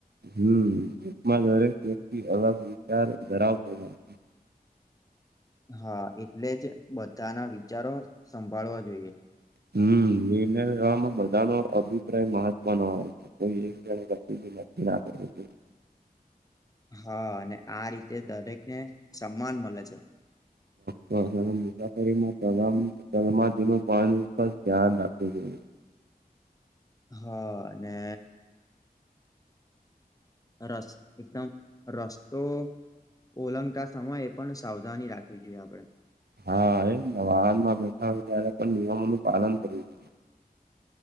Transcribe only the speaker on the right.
હમમાં દરેક વ્યક્તિ અલગ વિચાર ધરાવતો હોય છે.
હમ નિર્ણય લેમાં બધાનો અભિપ્રાય મહ મનો વાય છે કોઈ જા ના કરવુ જોઈએ.
તો હશે અને મુસાફરીમાં મલમ <inaudible> નું પણ ધ્યાન રાખવું જોઈએ.
હા એમ ને વાહન માં બેઠા હોય ત્યારે પણ નિયમોનું પાલન કરવું જોઈએ.